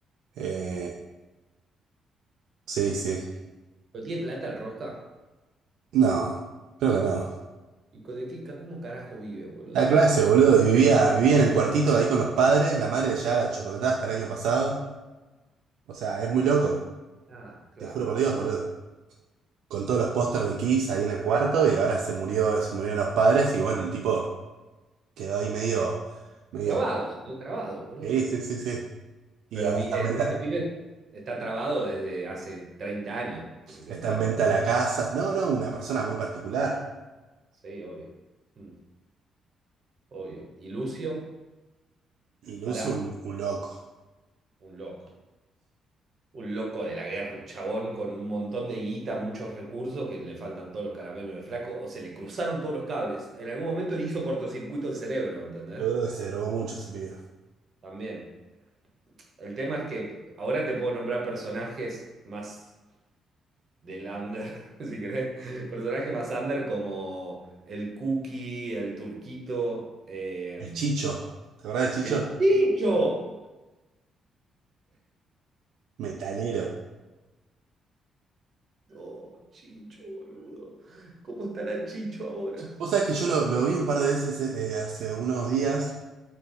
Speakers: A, on the right; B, on the right.
A: eh, sí, sí.
B: ¿Pero tiene plata el Rosca?
A: No, creo que no.
B: ¿Y co- de qué, ca- cómo carajo vive, boludo,
A: Da clase,
B: la gente?
A: boludo, y vivía, vivía en el cuartito ahí con los padres, la madre le llevaba la chocolatada hasta el año pasado. O sea, es muy loco,
B: Ah, claro.
A: te juro por Dios, boludo. Con todos los pósters de Kiss ahí en el cuarto y ahora se murió, se murieron los padres y bueno, el tipo quedó ahí medio, medio...
B: Trabado, se quedó trabado, boludo.
A: Sí, sí, sí, sí. Y
B: Pero
A: ahora
B: vi,
A: está
B: el-
A: en venta,
B: ese pibe está trabado desde hace treinta años que se quedó
A: está
B: trabado
A: en venta
B: ahí.
A: la casa. No, no, una persona muy particular.
B: Sí, obvio. Mm, obvio. ¿Y Lucio?
A: Y Lucio,
B: Pará,
A: un, un loco.
B: un loco. un loco de la guerra, un chabón con un montón de guita, muchos recursos, que le faltan todos los caramelos en el flaco, o se le cruzaron todos los cables. En algún momento le hizo cortocircuito el cerebro, ¿entendés?
A: Yo creo que se drogó mucho ese pibe.
B: También. El tema es que ahora te puedo nombrar personajes más del under, <laughs> si querés. Personajes más under como el Cookie, el Turquito, eh,
A: El Chicho. ¿Te acordás del
B: el
A: Chicho?
B: Chicho.
A: Metalero.
B: Chicho, Chicho, boludo. ¿Cómo estará Chicho ahora?
A: Vos sabés que yo lo, lo vi un par de veces eh, eh, hace unos días